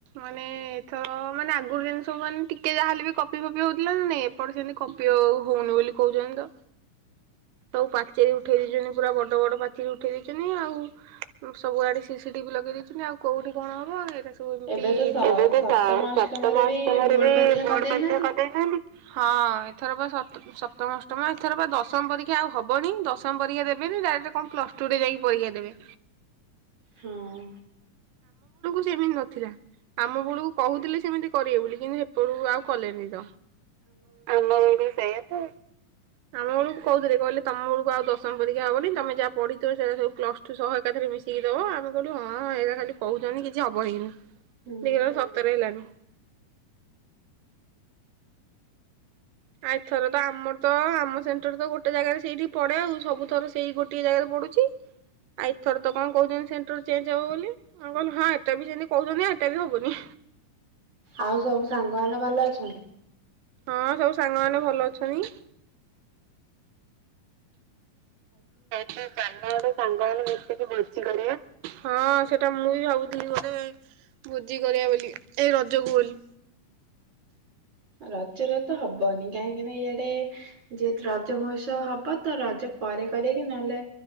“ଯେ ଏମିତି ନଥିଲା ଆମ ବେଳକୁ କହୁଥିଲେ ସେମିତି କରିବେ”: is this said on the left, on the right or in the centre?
Right